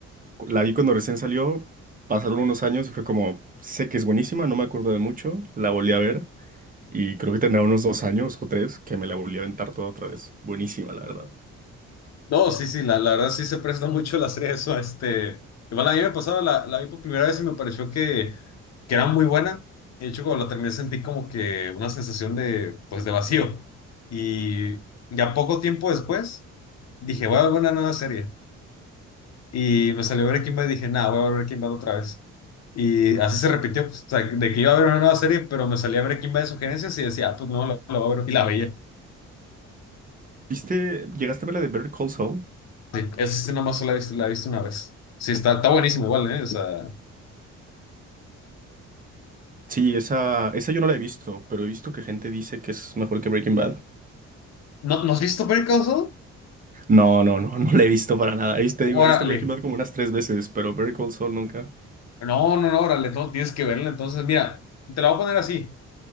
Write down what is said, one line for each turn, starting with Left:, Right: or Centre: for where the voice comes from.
Right: cu- la vi cuando recién salió, pasaron unos años y fue como, sé que es buenísima, no me acuerdo de mucho, la volví a ver y creo que tendrá unos dos años o tres que me la volví a aventar toda otra vez. Buenísima, la verdad.
Left: No, sí, sí, la, la verdad sí se presta mucho la serie a eso. Este, igual a mí me pasaba, la, la vi por primera vez y me pareció que, que era muy buena. De hecho, cuando la terminé sentí como que una sensación de, pues, de vacío. Y ya poco tiempo después dije, voy a ver una nueva serie. Y me salió Breaking Bad y dije, nada, voy a ver Breaking Bad otra vez. Y así se repitió, pues, o sea, de que iba a ver una nueva serie, pero me salía Breaking Bad de sugerencias y decía, ah, pues no, lo la voy a ver. Y la veía.
Right: ¿Viste, llegaste a ver la de Better Call Saul?
Left: Sí, esa sí nomás solo la he visto, la he visto una vez. Sí, está, está buenísimo igual, ¿eh? O sea,
Right: Sí, esa, esa yo no la he visto, pero he visto que gente dice que es mejor que Breaking Bad.
Left: ¿no, ¿no has visto Better Call Saul?
Right: No, no, no, no la he visto para nada. Ahí te
Left: Órale.
Right: digo, he visto Breaking Bad como unas tres veces, pero Better Call Saul nunca.
Left: No, no, no, órale, no, tienes que verla. Entonces, mira, te la voy a poner así.